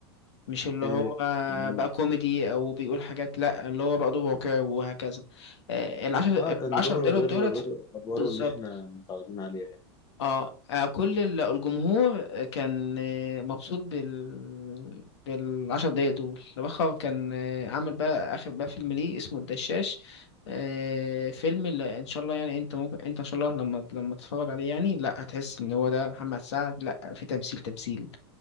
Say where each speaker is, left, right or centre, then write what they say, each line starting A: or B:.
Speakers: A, on the left; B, on the left.
A: مش اللي
B: امم
A: هو
B: جميل
A: بقى كوميدي او بيقول حاجات لا اللي هو بقى دوب واقعي وهكذا آه، العشر
B: اه كان
A: العشر
B: دوره
A: دولار
B: غير
A: دولت
B: غير ادواره
A: بالظبط
B: اللي احنا متعودين عليها يعني.
A: اه آه، كل ال- الجمهور كان آه، مبسوط بال بالعشر دقايق دول لبخر كان آه، عامل بقى اخر بقى فيلم ليه اسمه الدشاش آه، فيلم اللي ان شاء الله يعني انت ممكن انت ان شاء الله لما لما تتفرج عليه يعني لا هتحس ان هو ده محمد سعد لا في تمثيل تمثيل